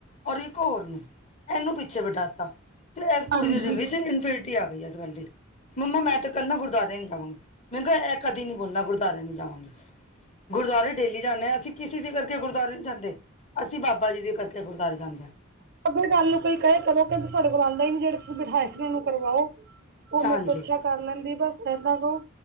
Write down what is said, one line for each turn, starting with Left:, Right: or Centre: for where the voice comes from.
Left: ਔਰ ਇੱਕ ਹੋਰ ਨੂੰ, ਇਹਨੂੰ ਪਿੱਛੇ ਬਿਠਾਤਾ ਤੇ ਇਸ ਕੁੜੀ
Right: ਹਾਂਜੀ
Left: ਦੇ ਦਿੱਲੀ ਚ ਇਨਫੀ ਟੀ ਆ ਗਈ ਇਸ ਗੱਲ ਦੀ ਮੰਮਾ ਮੈਂ ਤੇ ਕੱਲ ਨਾ ਗੁਰਦਵਾਰੇ ਨੀ ਜਾਵਾਂਗੀ। ਮੈ ਕਿਹਾ ਇਹ ਕਦੀ ਨੀ ਬੋਲਣਾ ਗੁਰਦੁਆਰੇ ਨੀ ਜਾਵਾਂਗੀ। ਗੁਰਦੁਆਰੇ ਡੇਲੀ ਜਾਣਾ ਅਸੀਂ ਕਿਸੇ ਦੇ ਕਰਕੇ ਗੁਰਦੁਆਰੇ ਨੀ ਜਾਂਦੇ। ਅਸੀਂ ਬਾਬਾ ਜੀ ਦੇ ਕਰਕੇ ਗੁਰਦੁਆਰੇ ਜਾਂਦੇ ਆ।
Right: <unintelligible> ਗੱਲ ਨੂੰ ਕੋਈ ਕਹਿ ਕਰੋ ਕਿ ਸਾਡੇ ਕੋਲੋਂ ਆਂਦੇ ਨੀ ਜਿਹੜੇ ਤੁਸੀਂ ਬਿਠਾਏ ਸੀ ਉਹਨੂੰ ਕਰਵਾਓ। ਉਹ
Left: ਹਾਂਜੀ
Right: ਮੇਰੇ ਤੋਂ ਅੱਛਾ ਕਰ ਲੈਂਦੀ। ਬਸ ਇਦਾਂ ਕਹੋ